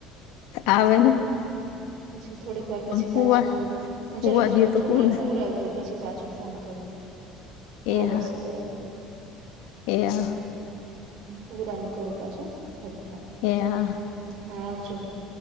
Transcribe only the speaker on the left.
આવેને.
હુવા
હુવા
દયો
તો
હુને
એ
હા
<unintelligible>
એ હ.